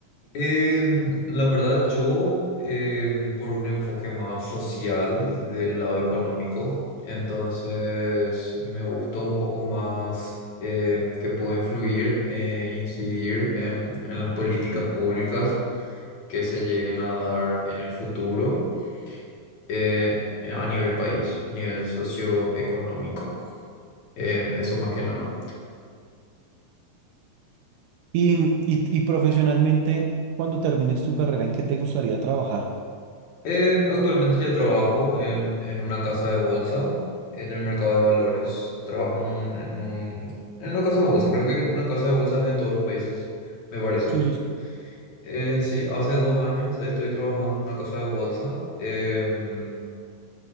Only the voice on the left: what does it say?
em, la verdad, yo em, por un enfoque más social del lado económico, entonces me gustó un poco más em, que puedo influir e incidir en, en las políticas públicas que se lleguen a dar en el futuro eh, a nivel país, a nivel socioeconómico. Em, eso más que nada.
Eh, actualmente yo trabajo en, en una casa de bolsa, en el mercado de valores. Trabajo en, un- en un- en una casa de bolsa, creo que una casa de bolsa es en todos los países, me parece.
Eh, sí, hace dos años estoy trabajando en una casa de bolsa, em,